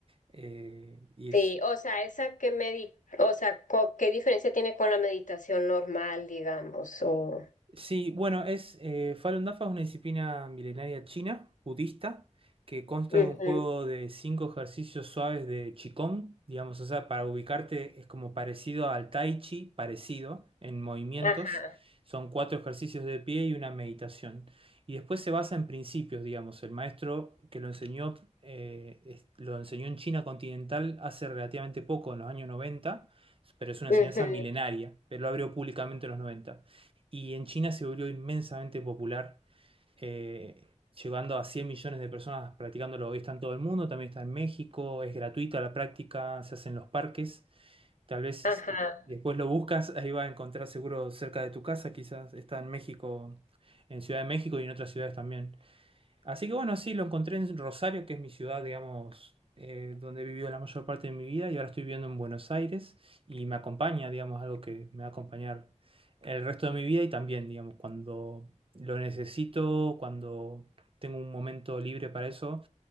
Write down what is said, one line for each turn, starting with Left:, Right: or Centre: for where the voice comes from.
Right: eh, y
Left: sí,
Right: es...
Left: o sea, esa que medi, o sea, co- ¿qué diferencia tiene con la meditación normal, digamos? O,
Right: Sí, bueno, es eh, Falun Dafa es una disciplina milenaria china, budista, que consta
Left: ujú,
Right: de un juego de cinco ejercicios suaves de Qigong, digamos, o sea, para ubicarte es como parecido al Tai Chi, parecido en movimientos.
Left: ajá,
Right: Son cuatro ejercicios de pie y una meditación. Y después se basa en principios, digamos. El maestro que lo enseñó, eh, es- lo enseñó en China continental hace relativamente poco, en los años 90, pero es una
Left: ujú,
Right: enseñanza milenaria, pero lo abrió públicamente en los 90 y en China se volvió inmensamente popular, eh, llegando a 100 millones de personas practicándolo. Hoy está en todo el mundo, también está en México, es gratuita la práctica, se hace en los parques. Tal vez
Left: ajá,
Right: este, después lo buscas, ahí vas a encontrar seguro cerca de tu casa, quizás está en México, en Ciudad de México y en otras ciudades también. Así que bueno, sí, lo encontré en Rosario, que es mi ciudad, digamos, eh, donde he vivido la mayor parte de mi vida, y ahora estoy viviendo en Buenos Aires y me acompaña, digamos, algo que me va a acompañar el resto de mi vida y también, digamos, cuando lo necesito, cuando tengo un momento libre para eso,